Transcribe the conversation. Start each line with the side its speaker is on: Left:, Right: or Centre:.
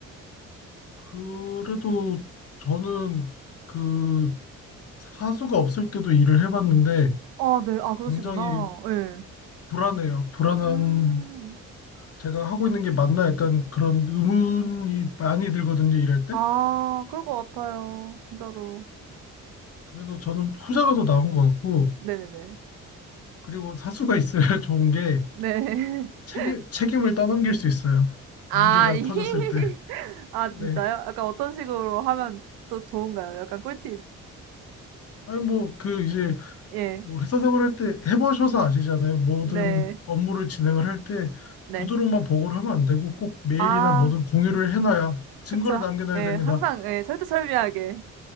Left: 그래도 저는 그 사수가 없을 때도 일을 해봤는데
Right: 아 네. 아 그러시구나.
Left: 굉장히
Right: 예.
Left: 불안해요. 불안한
Right: 음.
Left: 제가 하고 있는 게 맞나 약간 그런 의문이 많이 들거든요, 일할 때.
Right: 아 그럴 것 같아요, 진짜로.
Left: 그래서 저는 후자가 더 나은 것 같고,
Right: 네네네.
Left: 그리고 사수가 있어야 <laughs> 좋은 게
Right: 네. <laughs>
Left: 책임, 책임을 떠넘길 수 있어요.
Right: 아
Left: 문제가
Right: 이
Left: 터졌을 때.
Right: 아
Left: 네.
Right: 진짜요? 약간 어떤 식으로 하면 또 좋은가요? 약간 꿀팁.
Left: 아니, 뭐, 그, 이제,
Right: 예.
Left: 뭐, 회사 생활할 때 해보셔서 아시잖아요. 모든
Right: 네.
Left: 업무를 진행을 할 때
Right: 네.
Left: 구두로만 보고를 하면 안 되고 꼭 메일이나
Right: 아.
Left: 뭐든 공유를 해놔야 증거를
Right: 그쵸.
Left: 남겨놔야
Right: 예.
Left: 됩니다.
Right: 항상 예 철두철미하게